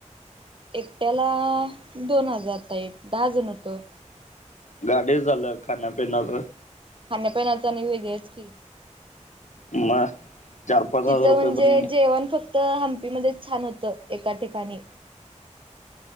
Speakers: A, on the right; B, on the left.
A: एकट्याला दोन हजारचा एक, दहा जण होतो.
B: गाडी झालं खाण्यापिण्याच?
A: खाण्यापिण्याचं आणि वेगळेच की.
B: मग चार पाच हजार
A: तिथं
B: रुपये
A: म्हणजे
B: पण
A: जेवण फक्त तर हंम्मपी मध्येच छान होतं एका ठिकाणी.